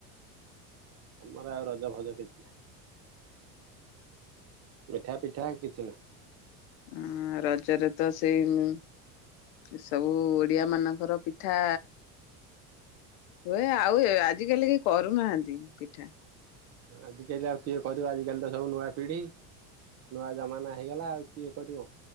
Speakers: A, on the right; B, on the left.
A: ଆମର ଆଉ ରଜ ଭଜ କିଛି ନାହିଁ। ମିଠା ପିଠା କିଛି ନାହିଁ।
B: ଉ ଉ ରଜରେ ତ ସେଇ ସବୁ ଓଡିଆ ମାନଙ୍କର ପିଠା ହୁଏ। ଆଉ ଆଜିକାଲି କି କରୁନାହାନ୍ତି ପିଠା।
A: ଆଜିକାଲି ଆଉ କିଏ କରିବ। ଆଜିିକାଲି ତ ସବୁ ନୂଆ ପିଢି, ନୂଆ ଜମାନା ହେଇଗଲା ଆଉ କିଏ କରିବ